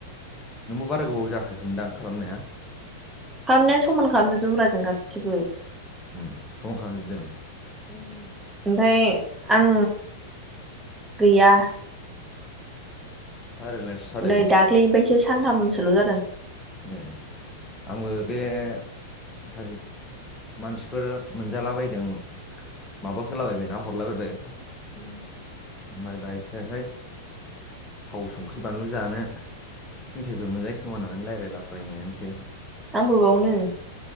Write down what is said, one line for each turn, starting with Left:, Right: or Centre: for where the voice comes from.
Left: नोंबो बारा गोबाव जाखायाखोमोनदां खालामनाया।
Right: खामनाया समान खालामजोबदोंब्रा जों गासिबो।
Left: उम समान खालामजोबदों
Right: उम ओमफाय आं गैया
Left: भाइरेलासो जादों
Right: नै दाखलैनिफायसो सानथामसोल' जादों।
Left: ए आंबो बे <unintelligible> मानसिफोर मोनजालाबायदों माबा होलाबायबाय ना हरलाबायबाय
Right: उम
Left: ओमफाय बायसोहाय थाव संख्रि बानलु जानो मेथायाइफोर मोनजायो खोमा होननानै लायराय ला बायनायानोसै
Right: आंबो बावनो